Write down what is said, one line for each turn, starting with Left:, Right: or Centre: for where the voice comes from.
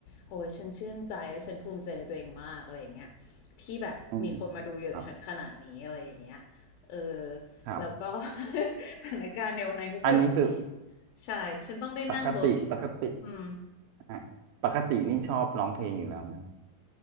Left: โอ้ยฉันชื่นใจและฉันภูมิใจในตัวเองมากอะไรอย่างเงี้ยที่แบบมีคนมาดูเยอะฉันขนาดนี้อะไรอย่างเงี้ย
Right: อืมครับ
Left: เออ
Right: ครับ
Left: แล้วก็ <laughs> สถานการณ์ในวันนั้นก็คือแบบ
Right: อันนี้คือ
Left: ใช่ฉันต้องได้นั่งรถ
Right: ปกติปกติ
Left: อืม
Right: ฮะปกตินี่ชอบร้องเพลงอยู่แล้วไหมครับ